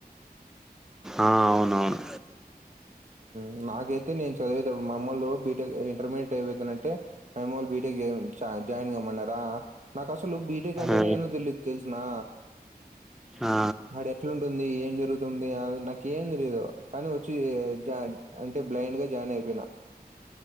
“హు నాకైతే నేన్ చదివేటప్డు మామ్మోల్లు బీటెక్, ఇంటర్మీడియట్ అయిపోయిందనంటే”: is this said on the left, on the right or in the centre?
Right